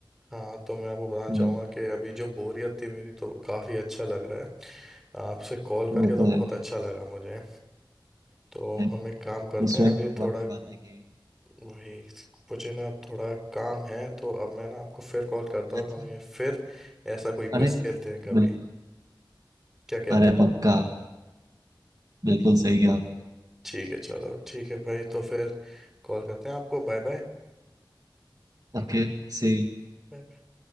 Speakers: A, in the centre; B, on the right (about 50°).
A: हाँ तो मैं आपको बताना चाहूंगा
B: हाँ,
A: कि अभी जो बोरियत थी मेरी तो काफी अच्छा लग रहा है आपसे कॉल
B: वो
A: करके तो
B: तो
A: बहुत
B: है
A: अच्छा लगा मुझे तो
B: अरे,
A: हम एक काम करते
B: उसमें
A: हैं अभी
B: भगवान
A: थोड़ा
B: की बातें की
A: वही मुझे ना अब थोड़ा काम है तो अब मैं ना आपको फिर कॉल करता हूँ
B: अच्छा
A: और हम ये फिर ऐसा कोई क्विज
B: अरे
A: खेलते हैं कभी
B: बिल्कुल
A: क्या कहते
B: अरे
A: हैं
B: पक्का बिल्कुल सही कहा आपने
A: ठीक है चलो ठीक है भाई तो फिर कॉल करते हैं आपको बाय
B: ओके सी
A: बाय